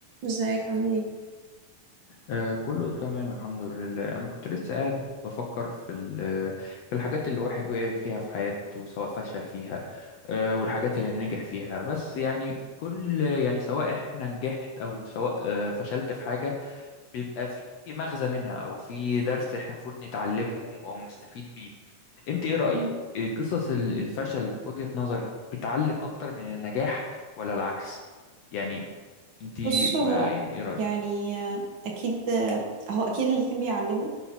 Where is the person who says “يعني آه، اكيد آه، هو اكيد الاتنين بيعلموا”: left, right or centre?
Right